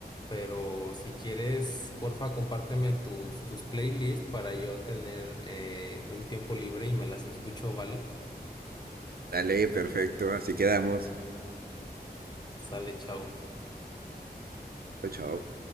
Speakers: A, on the left; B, on the right.
A: pero si quieres, porfa, compárteme tus, tus playlists para yo tener eh, un tiempo libre y me las escucho, ¿vale?
B: Dale, perfecto. Así quedamos.
A: Sale, chao.
B: Chao, chao.